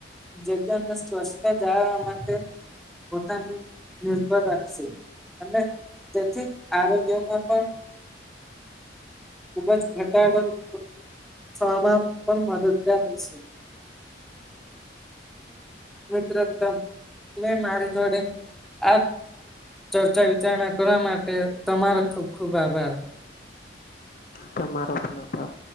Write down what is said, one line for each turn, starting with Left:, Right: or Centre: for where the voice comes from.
Centre: જગ્યાને સ્વચ્છતા જાળવા માટે પોતાને નિર્ભર રાખશે. અને તેથી જ આરોગ્યમાં પણ ખૂબ જ ઘટાડોવામાં પણ મદદગાર રહેશે. મિત્રો મેં મારી જોડે આ ચર્ચા વિચારણા કરવા માટે તમારો ખુબ ખુબ આભાર.
Left: તમારો પણ આભાર.